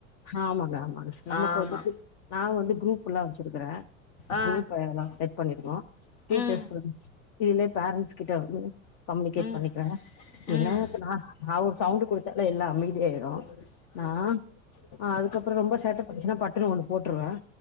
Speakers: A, on the left (about 55°); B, on the left (about 80°).
A: ஆமாங்க ஆமாங்க நமக்கு
B: ஆமா
A: வந்து நான் வந்து குரூப் எல்லாம் வச்சிருக்கறேன்
B: ஆ
A: குரூப்ப எல்லாம் செட் பண்ணிருந்தோம் டீச்சர்ஸ்
B: ம்
A: இதுலயே பேரண்ட்ஸ் கிட்ட வந்து கம்யூனிகேட்
B: ம்
A: பண்ணிக்கிறாங்க என்ன
B: ம்
A: நான் நான் ஒரு சவுண்ட் கொடுத்தாலே எல்லாம் அமைதியாயிறும் ஆ ஆ அதுக்கப்புறம் ரொம்ப சேட்ட பண்ணுச்சுன்னா பட்டுணு ஒண்ணு போட்டுருவேன்